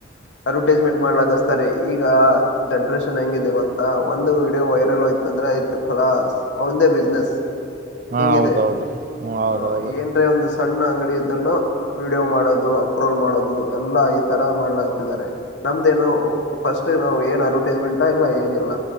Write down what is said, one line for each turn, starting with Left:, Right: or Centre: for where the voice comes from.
Left: ಅಡ್ವರ್ಟೈಸ್ಮೆಂಟ್ ಮಾಡ್ಲಾಗಸ್ತಾರೆ ಈಗ ಜನರೇಷನ್ ಹೆಂಗಿದೆ ಗೊತ್ತಾ ಒಂದು ವಿಡಿಯೋ ವೈರಲ್ ಆಯತ ಅಂದ್ರೆ ಆಯ್ತು ಕಲಾಂದೇ ಬಿಸ್ನೆಸ್
Right: ಹಾ
Left: ಹಿಂಗಿದೆ
Right: ಹೌದೌದು ಹ್ಮ ಹೌದೌದು
Left: ಹಾ ಏನ್ರೆ ಒಂದು ಸಣ್ಣ ಅಂಗಡಿ ಇದನ್ನು ವಿಡಿಯೋ ಮಾಡೋದು ಅಪ್ರೋಲ್ ಮಾಡೋದು ಎಲ್ಲಾ ಈ ತರ ಮಾಡ್ಲತಿದ್ದಾರೆ ನಮ್ದೇನು ಫಸ್ಟ್ ನಾವು ಏನ್ ಅಡ್ವರ್ಟೈಸ್ಮೆಂಟ್ ಇಲ್ಲ ಏನಿಲ್ಲ